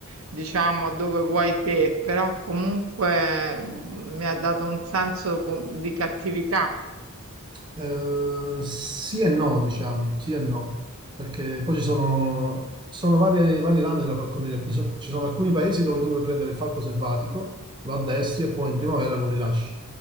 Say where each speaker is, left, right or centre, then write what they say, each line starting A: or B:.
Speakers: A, on the right; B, on the right.
A: diciamo dove vuoi te, però comunque mh, mi ha dato un senso com- di cattività.
B: Eh, sì e no, diciamo, sì e no, perché poi ci sono, ci sono varie- vari rami della falconeria. Ci so- ci sono alcuni paesi dove tu puoi prendere il falco selvatico, lo addestri e poi in primavera lo rilasci.